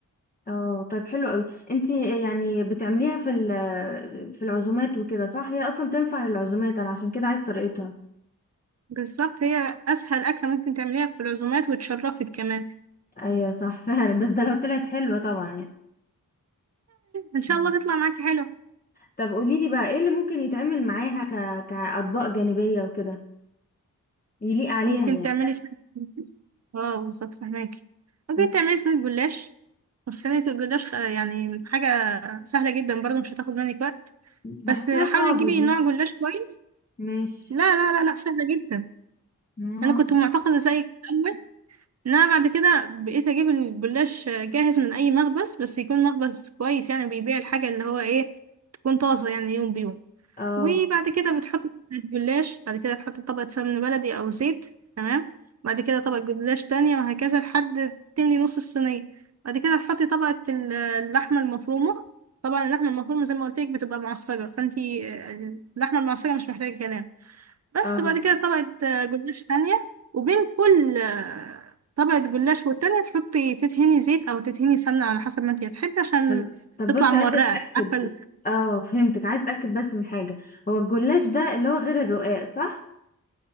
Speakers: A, on the left; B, on the right.
A: اه طيب حلو قوي انت يعني بتعمليها في ال... في العزومات وكده صح هي اصلا تنفع للعزومات انا عشان كده عايز طريقتها
B: بالظبط هي اسهل اكلة ممكن تعمليها في العزومات وتشرفك كمان
A: ايوه صح <laughs> فعلا بس ده لو طلعت حلوة طبعا
B: ان شاء
A: يعني
B: الله تطلع معاكي حلو
A: طب قوليلي بقى ايه اللي ممكن يتعمل معاها ك... كأطباق جانبية وكده يليق عليها
B: ممكن
A: يعني
B: تعملي سنة اه بالظبط فهماكي ممكن
A: مم.
B: تعملي صينية جلاش وصينية الجلاش خ- يعني حاجة سهلة جدا برضو مش هتاخد منك وقت
A: بحسها
B: بس حاولي
A: صعبة
B: تجيبي
A: دي
B: نوع جلاش كويس
A: ماشي
B: لا لا لا لا سهلة جدا
A: اه
B: انا كنت معتقدة زيك في الاول ان انا بعد كده بقيت اجيب الجلاش آه، جاهز من اي مخبز بس يكون مخبز كويس يعني بيبيع الحاجة اللي هو ايه تكون طازة يعني يوم بيوم
A: اه
B: وبعد كده بتحط طبقة جلاش بعد كده تحط طبقة سمن بلدي أو زيت تمام بعد كده طبقة جلاش تانية وهكذا لحد تملي نص الصينية بعد كده تحطي طبقة ال- اللحمة المفرومة طبعا اللحمة المفرومة زي ما قلت لك بتبقى معصجة فانتي آه، اللحمة المعصجة مش محتاجة كلام بس
A: اه
B: بعد كده طبقة آه، جلاش تانية وبين كل آه، طبقة جلاش والتانية تحطي تدهني زيت أو تدهني سمنة على حسب ما انتي هتحبي عشان
A: طب طب
B: تطلع
A: بصي
B: مورقة
A: عايزة اتأكد
B: عارفة ال-
A: اه فهمتك عايزة اتأكد بس من حاجة هو الجلاش ده اللي هو غير الرقاق صح؟